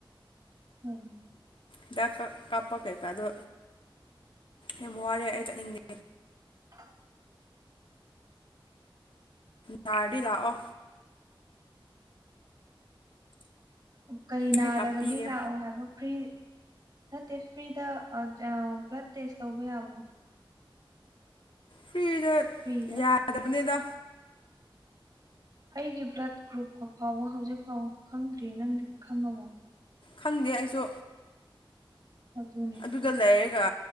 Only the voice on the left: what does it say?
ꯍꯤꯗꯥꯛ ꯀꯥꯞꯄ ꯀꯩꯀꯥꯗꯣ ꯌꯥꯝ ꯋꯥꯔꯦ ꯑꯩ ꯆꯠꯅꯤꯡꯗꯦ
ꯌꯥꯔꯗꯤ ꯂꯥꯛꯑꯣ
ꯑꯩ ꯀꯥꯞꯄꯤꯒꯦ
ꯐ꯭ꯔꯤꯗ
ꯌꯥꯗꯕꯅꯤꯅ
ꯈꯪꯗꯦ ꯑꯩꯁꯨ
ꯑꯗꯨꯨꯗ ꯂꯩꯔꯒ